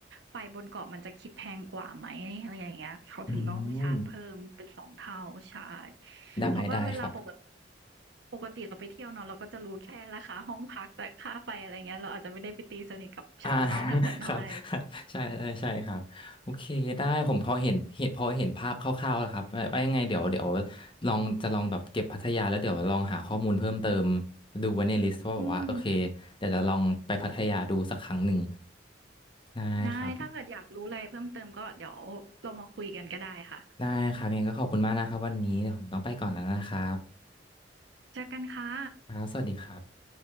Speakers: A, on the right; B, on the left.
A: ไฟบนเกาะมันจะคิดแพงกว่าไหมอะไรอย่างเงี้ยเขาถึงต้องชาร์จเพิ่มเป็น2เท่าใช่
B: อืม ได้ได้ครับ
A: เพราะว่าเวลาปกปกติเราไปเที่ยวเนาะเราก็จะรู้แค่ราคาห้องพักแต่ค่าไฟอะไรเงี้ยเราอาจจะไม่ได้ไปตีสนิทกับชาวบ้านแถวนั้นเท่าไร
B: อ่า <laughs> ครับครับใช่ใช่ใช่ครับโอเคได้ผมพอเห็นเห็นพอเห็นภาพคร่าวๆแล้วครับว่าว่ายังไงเดี๋ยวเดี๋ยวลองจะลองแบบเก็บพัทยา แล้วเดี๋ยวลองหาข้อมูลเพิ่มเติมดูไว้ในลิสต์ว่าแบบว่าโอเค
A: อืม
B: เดี๋ยวจะลองไปพัทยาดูสักครั้งหนึ่งได้ครับ
A: ได้ถ้าเกิดอยากรู้อะไรเพิ่มเติมก็เดี๋ยวเรามาคุยกันก็ได้ค่ะ
B: ได้ครับยังไงก็ขอบคุณมากนะครับวันนี้เดี๋ยวผมต้องไปก่อนแล้วนะครับ
A: เจอกันค่ะ
B: ครับสวัสดีครับ